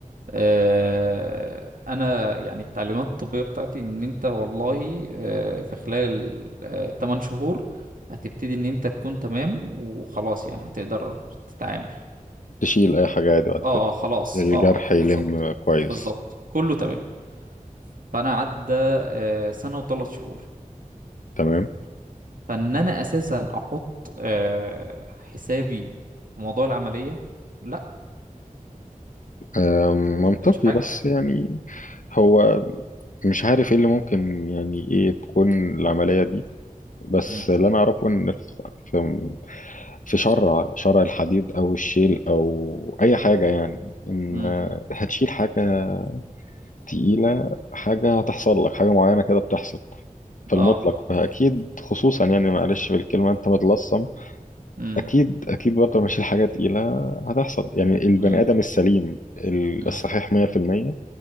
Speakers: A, on the right (about 75°); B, on the left (about 65°).
A: آه، انا يعني التعليمات الطبيه بتاعتي ان انت والله آه، في خلال آه، 8 شهور هتبتدي ان انت تكون تمام وخلاص يعني هتقدر تتعامل
B: تشيل أي حاجة عادي بعد
A: اه
B: كده
A: خلاص
B: الجرح
A: اه
B: يلم
A: بالظبط
B: كويس
A: بالظبط كله تمام فانا عدى آه، سنه وثلاث شهور
B: تمام
A: فان انا اساسا احط آه، حسابي في موضوع العمليه لا ما
B: آم، منطقي
A: حطيتش حاجه
B: بس يعني هو مش عارف ايه اللي ممكن يعني ايه تكون العملية دي بس
A: امم
B: اللي انا اعرفه ان في في في شرع شرع الحديد او الشيل او اي حاجة يعني ان
A: امم
B: آه، هتشيل حاجة تقيلة حاجة هتحصل لك حاجة معينة كده بتحصل في
A: اه
B: المطلق فأكيد خصوصا يعني معلش بالكلمة أنت متلصم
A: امم
B: أكيد أكيد برضه لما أشيل حاجة تقيلة هتحصل يعني البني
A: امم
B: آدم السليم
A: امم
B: الصحيح 100%